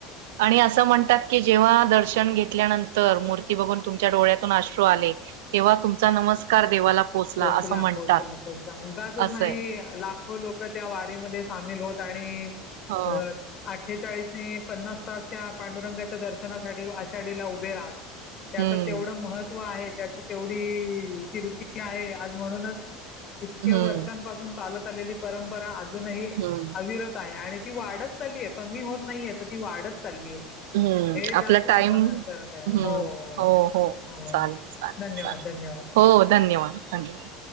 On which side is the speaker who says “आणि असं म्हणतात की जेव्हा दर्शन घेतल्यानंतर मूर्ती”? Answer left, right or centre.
Right